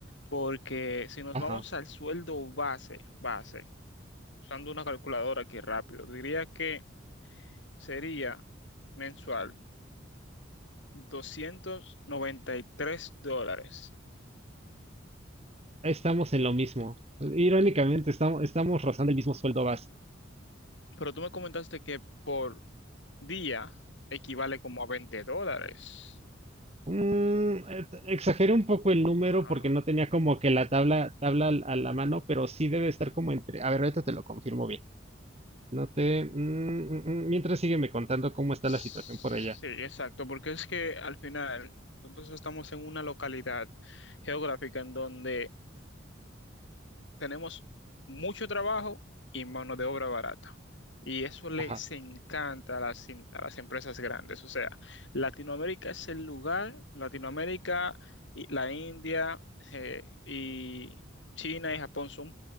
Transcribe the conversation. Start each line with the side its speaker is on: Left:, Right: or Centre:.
Left: porque si nos
Right: Ajá.
Left: vamos al sueldo base, base, usando una calculadora aquí rápido, diría que sería mensual 293 dólares.
Right: Estamos en lo mismo. Irónicamente, estamos, estamos rozando el mismo sueldo base.
Left: Pero tú me comentaste que por día equivale como a 20 dólares.
Right: Mm, eh, t- exageré un poco el número
Left: Ah,
Right: porque no tenía como que la tabla, tabla al- a la mano, pero sí debe estar como entre. A ver, ahorita te lo confirmo bien. No te. mm, mm, mm, mientras sígueme contando cómo está
Left: Sí,
Right: la situación por allá.
Left: exacto, porque es que al final nosotros estamos en una localidad geográfica en donde tenemos mucho trabajo y mano de obra barata. Y eso les
Right: Ajá,
Left: encanta a las, em- a las empresas grandes. O sea, Latinoamérica es el lugar, Latinoamérica, y la India eh, y China y Japón son